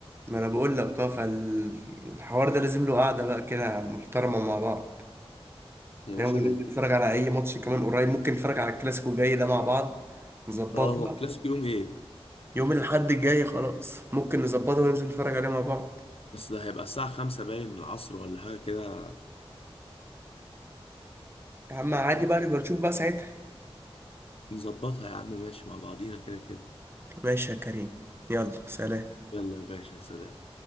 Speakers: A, on the right (about 25°); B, on the left (about 65°).
A: ما انا بقول لك اه فالحوار ده لازم له قعده بقى كده محترمه مع بعض
B: يا
A: يعني
B: باشا انا
A: ممكن
B: كده
A: نتفرج على
B: كده
A: اي ماتش كمان قريب ممكن نتفرج على الكلاسيكو الجاي ده مع بعض نظبطها
B: اه هو الكلاسيكو يوم ايه
A: يوم الاحد الجاي خلاص ممكن نظبطها وننزل نتفرج عليه مع بعض
B: بس ده هيبقى الساعة خمسة باين العصر ولا حاجة كده
A: يا عم عادي
B: صح
A: بقى نبقى نشوف بقى ساعتها
B: نظبطها يا عم ماشي مع بعضينا كده كده
A: ماشي يا كريم يلا سلام
B: يلا يا باشا سلام